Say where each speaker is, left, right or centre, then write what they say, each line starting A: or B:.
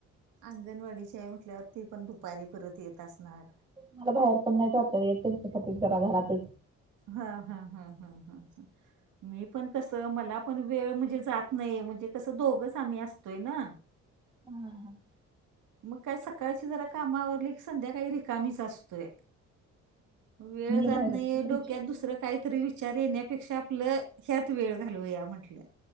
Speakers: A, on the right (about 80°); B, on the right (about 15°).
A: अंगणवाडीचे आहे म्हटल्या वर. ते पण दुपारी परत येत असणार.
B: मला बाहेर पण नाही जाता येत त्यांच्यासाठी जरा घरात
A: हा हा हा हा हा हा मी पण कसं मला पण वेळ म्हणजे जात नाही म्हणजे कसं दोघच आम्ही असतोय ना.
B: हम ह.
A: मग काही सकाळची जरा कामावरली की संध्याकाळी रिकामीच असतोय. वेळ
B: मुलं
A: जात
B: बाहेर
A: नाही
B: आहेत का तुमची?
A: डोक्यात दुसर काहीतरी विच विचार येण्यापेक्षा आपलं ह्यात वेळ घालवूया म्हंटलं.